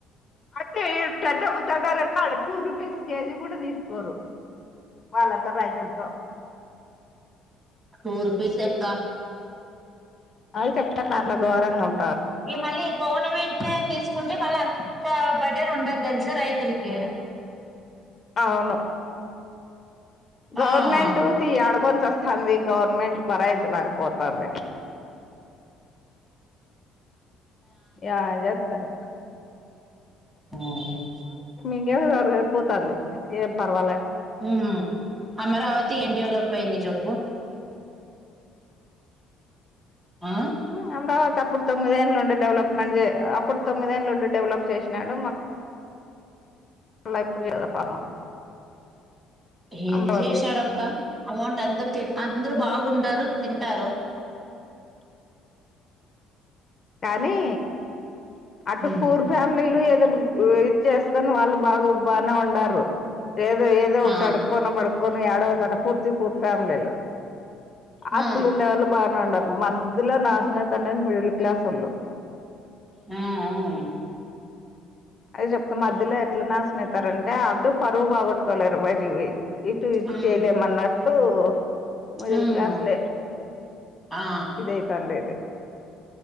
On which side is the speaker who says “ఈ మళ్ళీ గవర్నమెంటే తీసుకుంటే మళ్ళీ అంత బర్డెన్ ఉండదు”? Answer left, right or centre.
Centre